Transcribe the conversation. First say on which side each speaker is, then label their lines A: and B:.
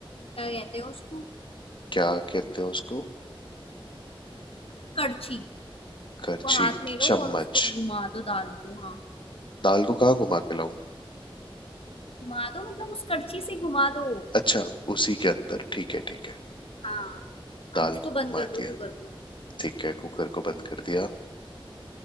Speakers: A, on the left (about 80°); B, on the left (about 60°).
A: क्या कहते हैं उसको
B: क्या कहते हैं उसको
A: कड़छी
B: करछी
A: को हाथ में लो
B: चम्मच
A: और उसको घुमा दो दाल को हाँ
B: दाल को कहाँ घुमा के लाऊं
A: घुमा दो मतलब उस कड़छी से घुमा दो
B: अच्छा उसी के अंदर ठीक है ठीक है
A: हाँ अब
B: दाल
A: उसको
B: को
A: बंद
B: घुमा
A: कर दो
B: दिया
A: कुकर को
B: ठीक है कुकर को बंद कर दिया